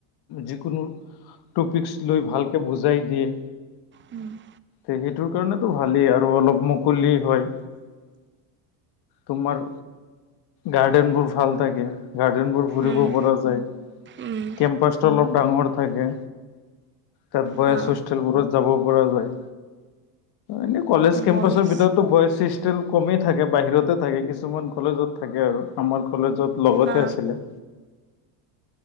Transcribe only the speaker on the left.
যিকোনো টপিকচ লৈ ভালকে বুজাই দিয়ে।
সেইটোৰ কাৰণেতো ভালেই আৰু অলপ মুকলি হয়। তোমাৰ গাৰ্ডেনবোৰ ভাল থাকে। গাৰ্ডেনবোৰ ফুৰিব
পৰা যায়,
কেম্পাছটো অলপ ডাঙৰ থাকে। তাত বয়েসষ্ঠেলবোৰত
যাবও পৰা যায়। এনে- কলেজ কেম্পাছৰ
ভিতৰতো বয়সৃষ্ট টিল কমেই থাকে বাহিৰতে থাকে কিছুমান কলেজত থাকে আৰু আমাৰ কলেজত লগতে
আছিলে।